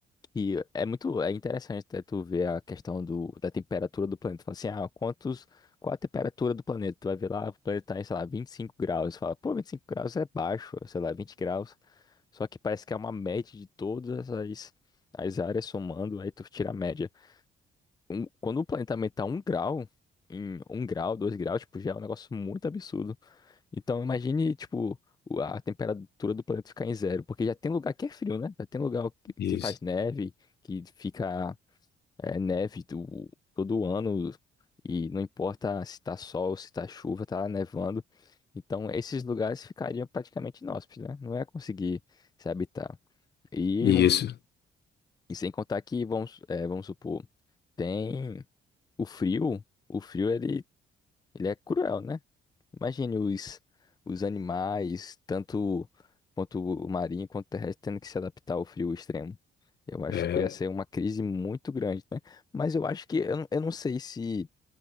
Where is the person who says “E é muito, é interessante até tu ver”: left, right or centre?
Left